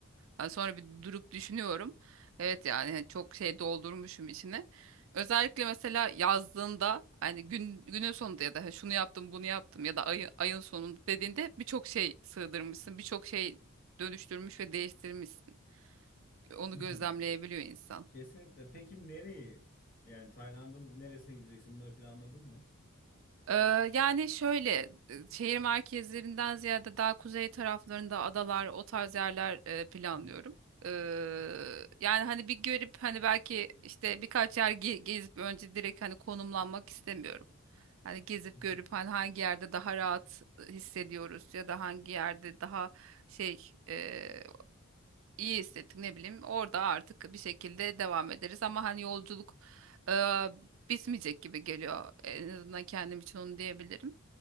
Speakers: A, on the right; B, on the left.
A: Yani sonra bir durup düşünüyorum. Evet yani hani çok şey doldurmuşum içine. Özellikle mesela yazdığında hani gün, günün sonunda ya da hani şunu yaptım bunu yaptım ya da ayı- ayın sonunda dediğinde birçok şey sığdırmışsın. Birçok şey dönüştürmüş ve değiştirmişsin. Onu
B: <laughs>
A: gözlemleyebiliyor insan.
B: Kesinlikle. Peki nereyi? Yani Tayland'ın neresine gideceksin? Bunları planladın mı?
A: Ee, yani şöyle e, şehir merkezlerinden ziyade daha kuzey taraflarında adalar o tarz yerler e, planlıyorum.
B: Hmm.
A: Ee, yani hani bir görüp hani belki işte birkaç yer ge- gezip önce direkt hani konumlanmak istemiyorum. Hani gezip
B: Mhm.
A: görüp hani hangi yerde daha rahat e, hissediyoruz ya da hangi yerde daha şey e, iyi hissettik ne bileyim orada artık bir şekilde devam ederiz ama hani yolculuk e, bitmeyecek gibi geliyor en azından kendim için onu diyebilirim.